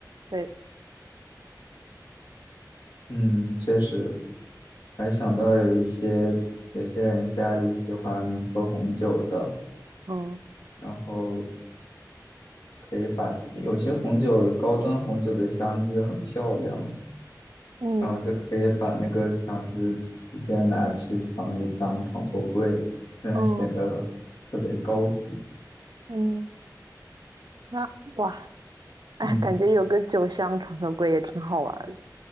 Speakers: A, on the right; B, on the left.
A: 对，
B: 嗯，确实，还想到有一些有些人家里喜欢喝红酒的，
A: 嗯
B: 然后可以把有些红酒高端红酒的箱子很漂亮，
A: 嗯
B: 然后就可以把那个箱子直接拿去房里当床头柜，嗯，
A: 嗯
B: 显得特别高级。
A: 嗯，那哇，哎，
B: 嗯
A: 感觉有个酒香床头柜也挺好玩的。